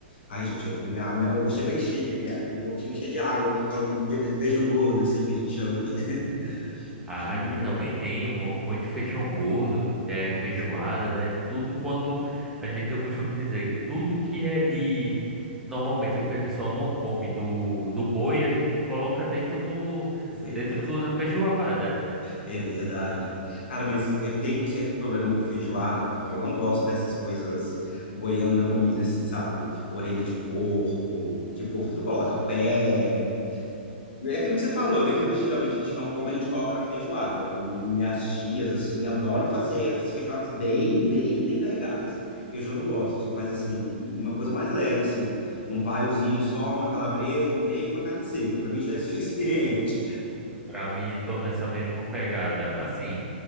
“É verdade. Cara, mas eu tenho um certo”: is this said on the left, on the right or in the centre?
Left